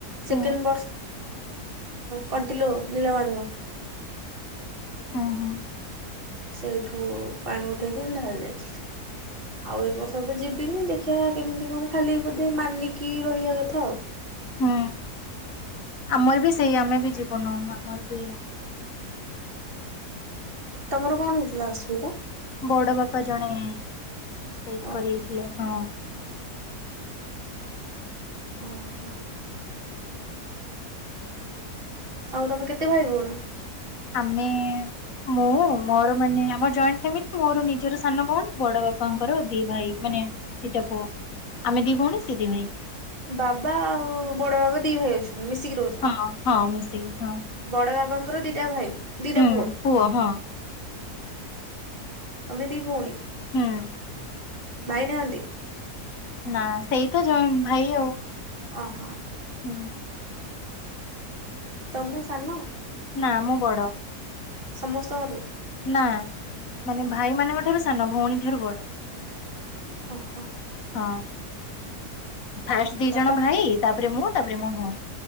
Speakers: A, on the right; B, on the left.
A: ସେକେଣ୍ଡ
B: ହୁଁ
A: ବର୍ଷ କଣ୍ଟିଲୋ ନୀଳମାଧବ।
B: ହୁଁ ହୁଁ
A: ସେଇଠୁ ପାଣି ଉଠେଇକି ଢାଳି ଦେଇଥିଲି। ଆଉ ଏ ବର୍ଷ ତ୍ ଯିବିନି ଦେଖିବା କେମିତି କଣ ଖାଲି ବୋଧେ ମାନିକି ରହିବା କଥା ଆଉ
B: ହୁଁ ଆମର ବି ସେଇ ଆମେ ବି ଯିବୁନୁ ଆମର ବି
A: ତମର କଣ ହେଇଥିଲା ଅସୁବିଧା?
B: ବଡ ବାପା ଜଣେ ଡେଥ
A: ଓହୋ
B: କରିଜାଇ ଥିଲେ ହଁ।
A: ଓ ହୋ। ଆଉ ତମେ କେତେ ଭାଇ ଭଉଣୀ?
B: ଆମେ ମୁଁ ମୋର ମାନେ ଆମ ଜଏଣ୍ଟ ଫାମିଲି ମୋର ନିଜର ସାନ ଭଉଣୀ ବଡ ବାପାଙ୍କର ଦି ଭାଇ ମାନେ ଦିଟା ପୁଅ, ଆମେ ଦି ଭଉଣୀ ସିଏ ଦି ଭାଇ।
A: ବାବା ଆଉ ବଡ ବାବା ଦି ଭାଇ ଅଛନ୍ତି, ମିଶିକି ରହୁଛନ୍ତି।
B: ଅ ହଁ ମିଶିକି ହଁ।
A: ବଡ ବାବାଙ୍କର ଦିଟା ଭାଇ ଦିଟା
B: ହୁଁ
A: ପୁଅ।
B: ହଁ
A: ତମେ ଦି ଭଉଣୀ।
B: ହୁଁ।
A: ଭାଇ ନାହାନ୍ତି?
B: ନା ସେଇ ତ ଯ ନ୍ ଭାଇ ଆଉ।
A: ଅ ହଁ।
B: ହୁଁ।
A: ତମେ ସାନ।
B: ନା ମୁଁ ବଡ।
A: ସମସ୍ତଙ୍କଠୁ।
B: ନା ମାନେ ଭାଇ ମାନଙ୍କ ଠାରୁ ସାନ ଭଉଣୀ ଠାରୁ ବଡ।
A: ଓହୋ।
B: ହଁ ଫାଷ୍ଟ ଦି
A: ବାବା
B: ଜଣ ଭାଇ ତାପରେ ମୁଁ ତାପରେ ମୋ ଭଉଣୀ।